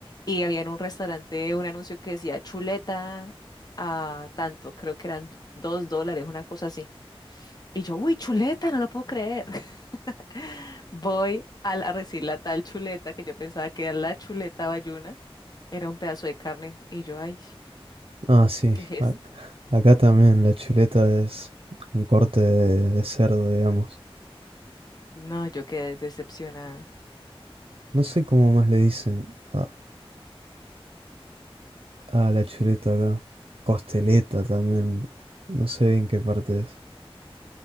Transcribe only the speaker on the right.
Ah, sí.
a-
acá también la chuleta es un corte de, de cerdo, digamos.
No sé cómo más le dicen a, a la chuleta acá. Costeleta también. No sé en qué parte es.